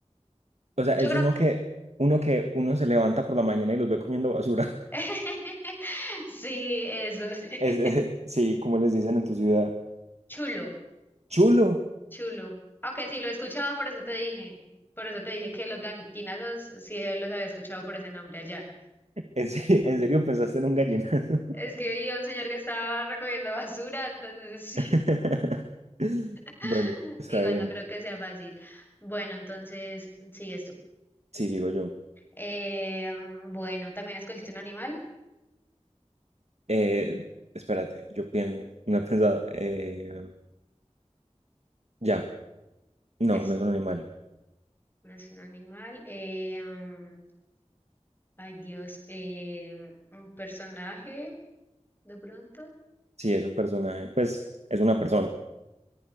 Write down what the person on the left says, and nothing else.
Yo
creo
<laughs> sí, eso es. <laughs>
Chulo,
chulo. Aunque sí lo he escuchado, por eso te dije, por eso te dije que los ganiquinazos sí los había escuchado por ese nombre allá.
Es que vi a un señor que estaba recogiendo <laughs> basura, entonces sí.
<laughs>
Igual
no creo que sea fácil. Bueno, entonces sigues tú.
Eh, mm, bueno, también escogiste un animal.
Es,
no es un animal. Eh, mm, Ay, Dios, eh, un personaje, de pronto,